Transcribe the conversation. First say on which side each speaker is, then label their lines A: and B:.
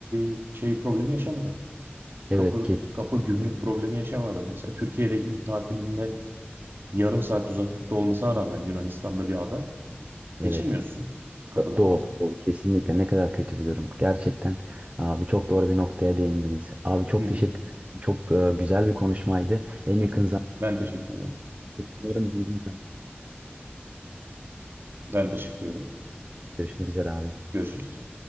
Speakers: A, on the right; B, on the right.
A: e, şey problemi yaşamadan.
B: Evet
A: Kapı
B: ki
A: kapı gümrük problemi yaşamadan. Mesela Türkiye'deki bir tatilinde yarım saat uzaklıkta olmasına rağmen Yunanistan'da bir ada geçemiyorsun
B: evet.
A: kapıdan
B: Do- Doğru.
A: dolayı.
B: Kesinlikle ne kadar kötü bir durum. Gerçekten abi çok doğru bir noktaya değindiniz. Abi çok
A: Hı hı,
B: teşekkür ederim. Çok e, güzel bir konuşmaydı. En
A: hı
B: yakın
A: hı.
B: zamanda
A: Ben teşekkür ederim.
B: umarım bir gün
A: Ben teşekkür ederim.
B: görüşmek üzere abi.
A: Görüşürüz.